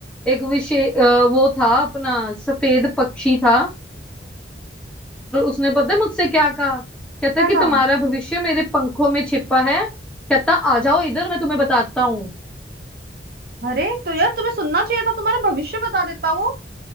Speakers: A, in the centre; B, on the right.
A: एक विशेष वो था अपना सफेद पक्षी था और उसने पता है मुझसे क्या कहा कहता
B: क्या
A: कि
B: कहा
A: तुम्हारा भविष्य मेरे पंखों में छिपा है कहता आ जाओ इधर मैं तुम्हें बताता हूँ
B: अरे तो यार तुम्हें सुनना चाहिए था तुम्हारा भविष्य बता देता वो